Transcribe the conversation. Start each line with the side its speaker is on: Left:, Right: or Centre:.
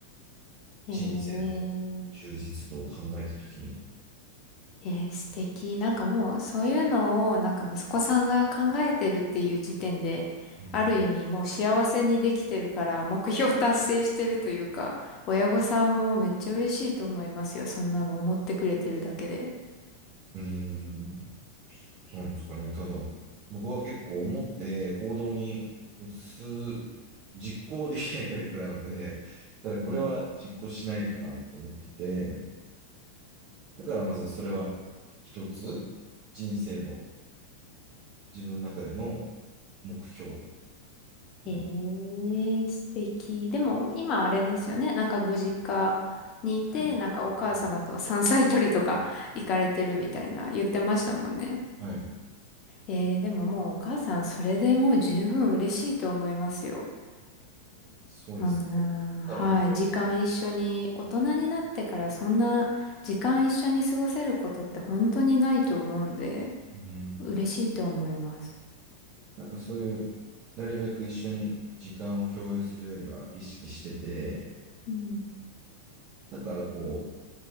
Left: えー、
Right: 人生の充実度を考えたときに。
Left: えー、素敵。なんかもうそういうのをなんか息子さんが考えてるっていう時点で、
Right: うん、
Left: ある意味もう幸せにできてるから目標達成してるというか、親御さんもめっちゃ嬉しいと思いますよ。そんなの思ってくれてるだけで。
Right: うーん、そうなんですかね。ただ、僕は結構思って行動に移す、実行できないタイプなので、<laughs> ただこれは実行しないとなと思ってて、
Left: うん。
Right: だからまずそれは一つ、人生の自分の中での目標。
Left: え
Right: うん。
Left: え素敵。でも、今あれですよね。なんかご実家にいて、
Right: はい。
Left: なんかお母様と山菜採りとか行かれてるみたいな言ってましたもんね。
Right: はい。はい
Left: ええでももうお母さん、それでもう十分嬉しいと思いますよ。
Right: そうですねだからこ
Left: そんな、はい、時間一緒に、大人になってからそんな時間一緒に過ごせることって本当にないと思うんで、
Right: う、うん。
Left: 嬉しいと思います。
Right: なんかそういう、なるべく一緒に時間を共有するようには意識してて、
Left: うん、
Right: だからこう、